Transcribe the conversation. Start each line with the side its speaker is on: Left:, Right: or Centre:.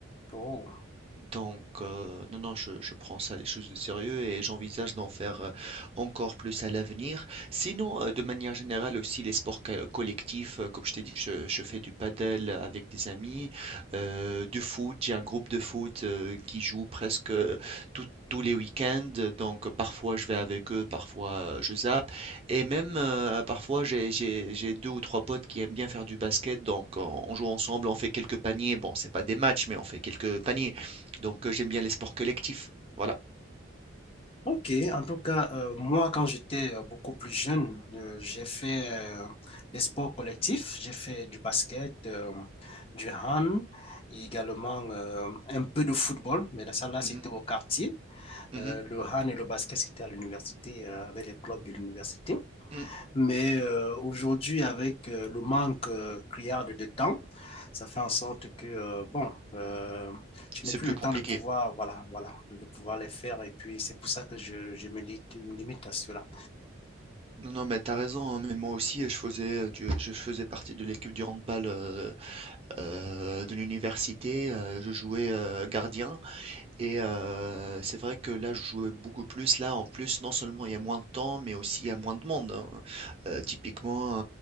Left: Oh.
Right: Donc, euh, non, non, je, je prends ça les choses de sérieux et j'envisage d'en faire euh, encore plus à l'avenir. Sinon, euh, de manière générale aussi, les sports ca- collectifs, euh, comme je t'ai dit, je, je fais du paddle avec des amis, euh, du foot, j'ai un groupe de foot euh, qui joue presque euh, tout- tous les week-ends, donc euh, parfois je vais avec eux, parfois euh, je zappe, et même euh, parfois j'ai j'ai- j'ai deux ou trois potes qui aiment bien faire du basket, donc on on joue ensemble, on fait quelques paniers, bon c'est pas des matchs, mais on fait quelques paniers, donc, heu, j'aime bien les sports collectifs. Voilà.
Left: Ok, en tout cas, euh, moi, quand j'étais euh, beaucoup plus jeune, euh, j'ai fait euh, des sports collectifs. J'ai fait du basket, euh, du hand, et également euh, un peu de football, mais là, ça, là, c'était
Right: Mmh mh.
Left: au quartier.
Right: Mmh
Left: Euh, le hand et le basket, c'était à l'université, euh, avec les clubs de l'université.
Right: Mmh.
Left: Mais euh, aujourd'hui, avec euh, le manque euh, criard de temps, ça fait en sorte que, euh, bon, euh, je
Right: C'est
Left: n'ai plus
Right: plus
Left: le
Right: compliqué.
Left: temps de pouvoir, voilà, voilà, de, de pouvoir les faire. Et puis, c'est pour ça que je, je me li- me limite à cela.
Right: Non, non, mais t'as raison, hein, mais moi aussi, je faisais, heu, du je faisais partie de l'équipe du handball, heu heu, de l'université, heu, je jouais, heu, gardien et heu, c'est vrai que là, je jouais beaucoup plus. Là, en plus, non seulement il y a moins de temps, mais aussi il y a moins de monde, hein. Heu, typiquement,